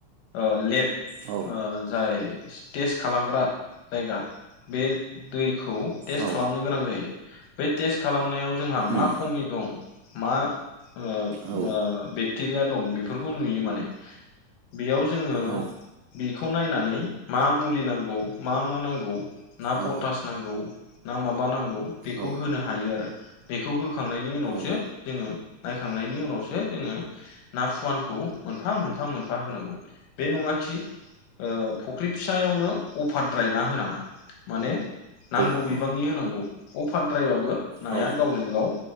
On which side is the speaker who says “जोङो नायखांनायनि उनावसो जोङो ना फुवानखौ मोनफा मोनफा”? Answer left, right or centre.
Left